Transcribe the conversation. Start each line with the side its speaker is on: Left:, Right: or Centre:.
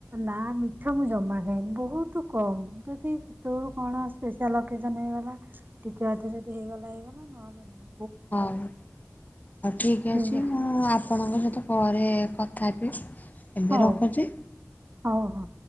Right: ନା ମି ପିଠା ମୁଁ ଜମା ଖାଏନି ବହୁତ କମ୍ ଯଦି କେତେବେଳୁ କଣ ସ୍ପେଶାଆଲ ଅକେଜନ୍ ହେଇଗଲା। ଟିକେ ଅଧେ ଜଦି ହେଇଗଲା ହେଇଗଲା ନହେଲେ ନାଇଁ
Left: ହଉ ହଉ ଠିକ
Right: କିନ୍ତୁ
Left: ଅଛି ମୁଁ ଆପଣଙ୍କ ସ ପରେ କଥା ହେବି ଏବେ
Right: ହଉ
Left: ରଖୁଚି।
Right: ହଉ ହଉ